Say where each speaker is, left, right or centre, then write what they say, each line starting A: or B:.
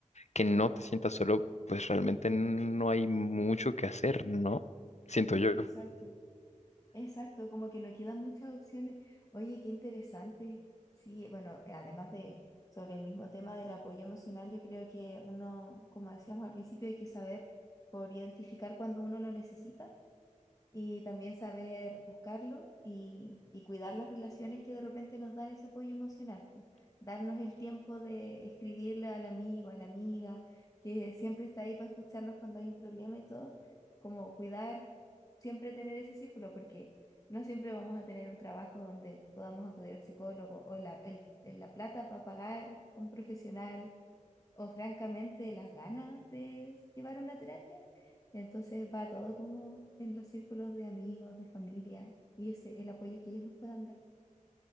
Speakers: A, on the left (about 60°); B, on the left (about 25°).
A: que no te sientas solo, pues realmente no hay mucho que hacer, ¿no? Siento yo.
B: Exacto. Exacto, como que no quedan muchas opciones. Oye, qué interesante. Sí, bueno, eh, además de sobre el mismo tema del apoyo emocional, yo creo que uno, como decíamos al principio, hay que saber por identificar cuando uno lo necesita y también saber buscarlo y, y cuidar las relaciones que de repente nos dan ese apoyo emocional, po. Darnos el tiempo de escribirle al amigo, a la amiga, que siempre está ahí para escucharnos cuando hay un problema y todo, como cuidar, siempre tener ese círculo, porque no siempre vamos a tener un trabajo donde podamos acudir al psicólogo o la, el- la plata para pagar un profesional o francamente las ganas de llevar una terapia. Entonces va todo como en los círculos de amigos, de familia y ese el apoyo que ellos nos puedan dar.